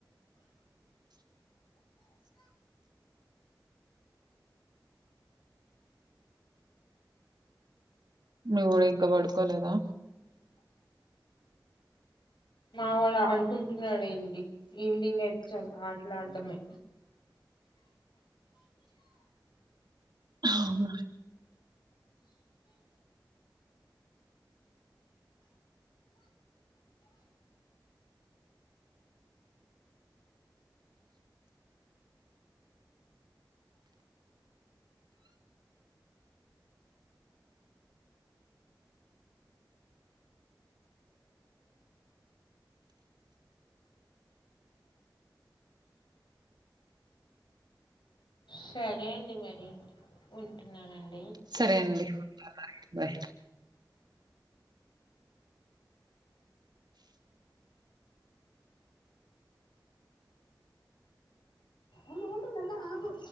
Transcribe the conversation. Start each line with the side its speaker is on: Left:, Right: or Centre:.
Right: మీ వోడు ఇంకా పడుకోలేదా
Left: మా వాడు ఆడుకుంటున్నాడు ఏంటి ఈవినింగ్ అయితే చాలు ఆటలా ఆడడమే
Right: అవునా
Left: సరే అండి మరి ఉంటున్నానండి
Right: సరే అండి బాయ్
Left: ఉండు ఉండు మెల్ల ఆగు